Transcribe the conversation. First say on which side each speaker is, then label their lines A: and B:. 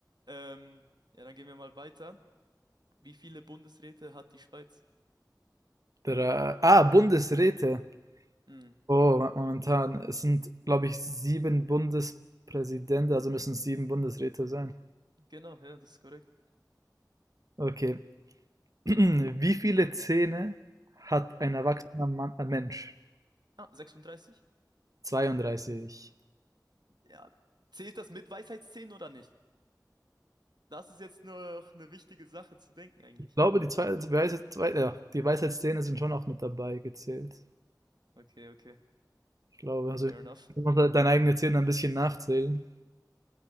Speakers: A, on the right; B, on the right.
A: Ähm, ja, dann gehen wir mal weiter. Wie viele Bundesräte hat die Schweiz?
B: dra ah, Bundesräte.
A: Hm,
B: Oh, momentan. Es sind, glaube ich, sieben Bundespräsidenten, also müssen es sieben Bundesräte sein.
A: genau, ja, das ist korrekt.
B: Okay. <clears throat> Wie viele Zähne hat ein erwachsener Mann, ein Mensch?
A: Ah, 36?
B: 32.
A: Ja. Zählt das mit Weisheitszähnen oder nicht? Das ist jetzt noch eine wichtige Sache zu denken eigentlich.
B: Ich glaube, die zwei, Weisheit, zwei, ja, die Weisheitszähne sind schon auch mit dabei gezählt.
A: Okay, okay.
B: Ich glaube, also
A: Fair
B: du
A: enough.
B: musst halt deine eigenen Zähne ein bisschen nachzählen.